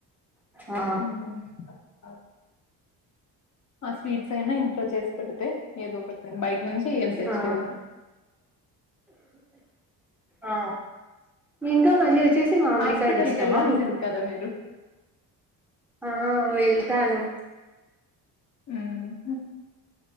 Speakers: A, in the centre; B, on the left.
A: ఆ
B: హ్మ్ ఓ. ఆ స్వీట్స్ ఏనా ఇం. లో చేసి పెడితే, ఏదో ఒకటి న బయట నుంచి ఏం తెచ్చేది
A: ఆ
B: ఉండదు.
A: ఆ ఇంకా మళ్ళీ వచ్చేసి మామిడికాయలు
B: హాస్పిటల్
A: ఇష్టమా
B: క వెళ్లాాల్సింది
A: మీకు
B: కదా మీరు?
A: ఆ వెళ్తాను.
B: హ్మ్